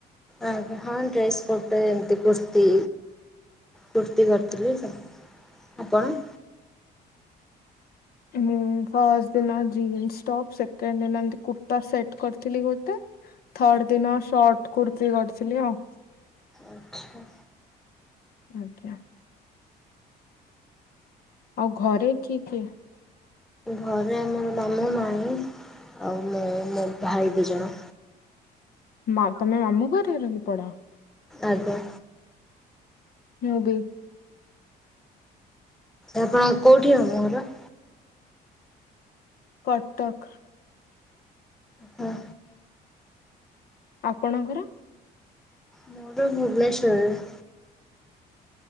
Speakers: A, in the centre; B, on the left.
A: ଅହ ହଁ ଡ୍ରେସ ଗୋଟେ ଏମତି କୁର୍ତ୍ତି। କୁର୍ତ୍ତି କରିଥିଲି ସେ ଆପଣ?
B: ହୁଁ ଫାର୍ଷ୍ଟ ଦିନ ଜୀନ୍ସ ଟପ ସେକେଣ୍ଡ ଦିନ ଏମିତି କୁର୍ତ୍ତା ସେଟ କରଥିଲି ଗୋଟେ। ଥର୍ଡ ଦିନ ସର୍ଟକୁର୍ତ୍ତି କରିଥିଲି ଆଉ।
A: ଆଚ୍ଛା।
B: ଆଜ୍ଞା ଆଉ ଘରେ କିଏ କିଏ?
A: ଘରେ ଆମର ମାମୁଁ ମାଇଁ ଆଉ ମୁଁ ମୋ ଭାଇ ଦୁଇଜଣ।
B: ମା ତମେ ମାମୁଁ ଘରେ ରହିକି ପଢ଼।
A: ଆଜ୍ଞା।
B: ମୁଁବି।
A: ଆପଣ କୋଉଠି ମାମୁଁ ଘର?
B: କଟକ।
A: ହଁ।
B: ଆପଣଙ୍କର?
A: ମୋର ଭୁବନେଶ୍ଵର।